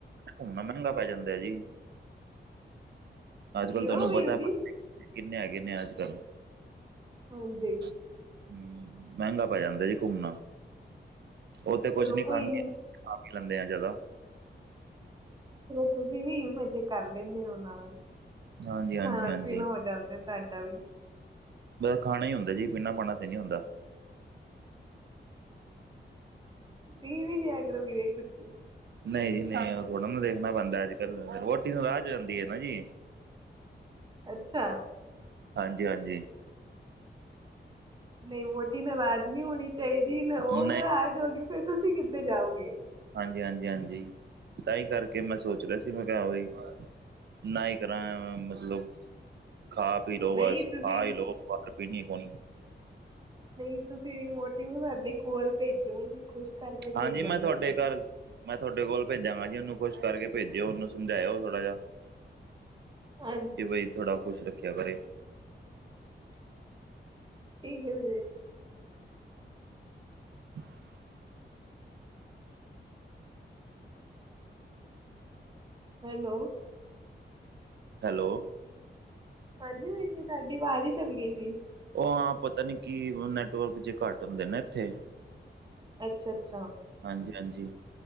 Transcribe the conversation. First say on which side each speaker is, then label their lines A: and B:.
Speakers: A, on the right; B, on the right.
A: ਘੁੰਮਣਾ ਮਹਿੰਗਾ ਪੈ ਜਾਂਦਾ ਜੀ। ਅੱਜ
B: ਕਿਉਂ
A: ਕੱਲ ਤੁਹਾਨੂੰ
B: ਵੀਰ
A: ਪਤਾ
B: ਜੀ
A: <inaudible> ਕਿੰਨੇ ਹੈਗੇ ਨੇ ਅੱਜ ਕੱਲ।
B: ਹਾਂਜੀ
A: ਹਮ ਮਹਿੰਗਾ ਪੈ ਜਾਂਦਾ ਜੀ ਘੁੰਮਣਾ ਉਹ ਤੇ ਕੁੱਛ
B: ਚਲੋ
A: ਨੀ ਖਾਂਦੀ
B: ਕੋਈ
A: ਆਪ ਲੈਂਦੇ ਆ ਜਾਦਾ।
B: ਫਿਰ ਤੁਸੀ ਵੀ ਮਜ਼ੇ ਕਰ ਲੈਂਦੇ ਹੋ ਨਾਲ
A: ਹਾਂਜੀ ਹਾਂਜੀ
B: ਖਾਣਾ
A: ਹਾਂਜੀ
B: ਪੀਣਾ ਹੋ ਜਾਂਦਾ ਤੁਹਾਡਾ ਵੀ।
A: ਖਾਣਾ ਹੀ ਹੁੰਦਾ ਜੀ ਪੀਣਾ-ਪਾਣਾ ਤੇ ਨੀ ਹੁੰਦਾ।
B: ਪੀ ਵੀ ਲਿਆ ਕਰ ਵੀਰੇ ਕੁੱਛ।
A: ਨਈ ਜੀ ਨਈ ਉਹ ਥੋੜ੍ਹਾ ਨਾ ਦੇਖਣਾ ਪੈਂਦਾ ਅੱਜ ਕੱਲ ਵੋਹਟੀ ਨਰਾਜ਼ ਹੋ ਜਾਂਦੀ ਹੈ ਨਾ ਜੀ।
B: ਅੱਛਾ
A: ਹਾਂਜੀ-ਹਾਂਜੀ
B: ਨਈ ਵੋਹਟੀ ਨਾਰਾਜ਼ ਨੀ ਹੋਣੀ ਚਾਹੀਦੀ ਉਹ
A: ਨਹੀਂ
B: ਨਾਰਾਜ਼ ਹੋ ਗਈ ਫਿਰ ਤੁਸੀਂ ਕਿੱਥੇ ਜਾਓਗੇ।
A: ਹਾਂਜੀ-ਹਾਂਜੀ, ਹਾਂਜੀ ਤਾਹੀ ਕਰਕੇ ਮੈਂ ਸੋਚ ਰਿਹਾ ਸੀ ਮੈਂ ਕਿਹਾ ਉਹੀ ਨਾ ਹੀ ਕਰਾ ਮਤਲੱਬ ਖਾ ਪੀਲੋੋ
B: ਨਹੀਂ
A: ਬੱਸ ਖਾ
B: ਤੁਸੀਂ
A: ਲੋ ਪਰ ਪੀਣੀ ਕੋਣੀ।
B: ਨਈ ਤੁਸੀ ਵੋਹਟੀ ਨੂੰ ਸਾਡੇ ਕੋਲ ਭੇਜੋ ਅਸੀ ਖੁਸ਼ ਕਰਕੇ
A: ਹਾਂਜੀ
B: ਭੇਜਾਂਗੇ
A: ਮੈਂ ਤੁਹਾਡੇ
B: ਉਨੂੰ।
A: ਘਰ ਮੈਂ ਤੁਹਾਡੇ ਕੋਲ ਭੇਜਾਂਗਾ ਜੀ ਉਹਨੂੰ ਖੁਸ਼ ਕਰਕੇ ਭੇਜਿਓ ਉਹਨੂੰ ਸਮਝਾਇਓ ਥੋੜ੍ਹਾ ਜਿਹਾ।
B: ਹਾਂਜੀ
A: ਕਿ ਬਈ ਥੋੜ੍ਹਾ ਖੁਸ਼ ਰੱਖਿਆ ਕਰੇ।
B: ਠੀਕ ਹੈ ਵੀਰੇ।
A: <unintelligible>
B: ਹੈਲੋ
A: ਹੈਲੋ
B: ਹਾਂਜੀ ਵੀਰ ਜੀ ਤੁਹਾਡੀ ਆਵਾਜ਼ ਹੀ ਚੱਲੀ ਗਈ ਸੀ।
A: ਉਹ ਹਾਂ ਪਤਾ ਨੀ ਕੀ ਨੈੱਟਵਰਕ ਜੇ ਘੱਟ ਹੁੰਦੇ ਨੇ ਇੱਥੇ।
B: ਅੱਛਾ-ਅੱਛਾ
A: ਹਾਂਜੀ-ਹਾਂਜੀ